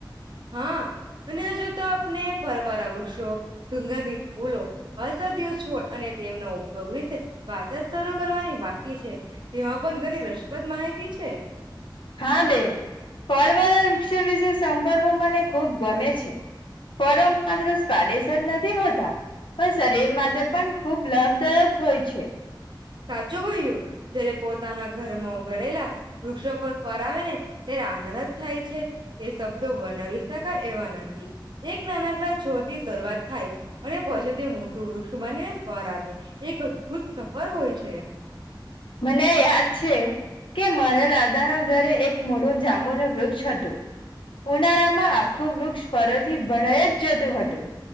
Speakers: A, on the right; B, on the left.
A: હા અને હજુ તો આપને ફરવાર આવગશો સુંગંધ બોલો અસધ છોડ અને તેમનો ઉપયોગ વિશે વાત શ કરવાની બાકી છે તેમાં પણ ઘણી રસપ્રદ માહિતી છે
B: હા બેન વૃક્ષો વિશે સાંભળવો મને ખુબ ગમે છે ફળ માત્ર સ્વાદેશ જ નથી હોતો પણ શરીર માટે પણ ખૂબ લાભદાયક હોય છે
A: સાચું કહ્યું જય્યારે પોતાના ઘરમાં ઉઘરેલા વૃક્ષો પર ફર આવે ને ત્યારે આનંદ જ થાય છે તે શબ્દો વનાવી શકાય એવા નથી એક નાનકડા છો થી શરૂઆત થાય અને પહોચે તે મોટું વૃક્ષ બનીને ફર આપે એક અદભુત સફર હોય છે
B: મને યાદ છે કે મારા દાદાના ઘરે એક મોટો જાંામુ ન વૃક્ષ હતું ઉનાળામાં આખું વૃક્ષ ફરથી ભરાઈ જ જતું હતું